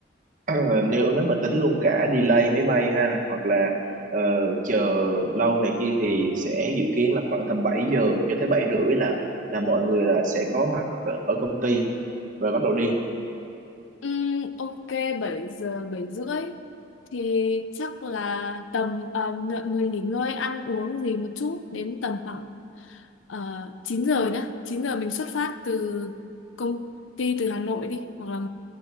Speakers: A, on the right; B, on the left.
A: ờ, <clears throat> nếu nếu mà tính luôn cả delay máy bay ha hoặc là ờ, chờ lâu này kia thì sẽ dự kiến là khoảng tầm 7 giờ cho tới bảy rưỡi là là mọi người là sẽ có mặt ở, ở công ty và bắt đầu đi
B: Ừm, ok 7 giờ 7 rưỡi thì chắc là tầm à, mọi người nghỉ ngơi ăn uống gì một chút đến tầm khoảng uh, 9 giờ nhá 9 giờ mình xuất phát từ công ty từ Hà Nội đi hoặc là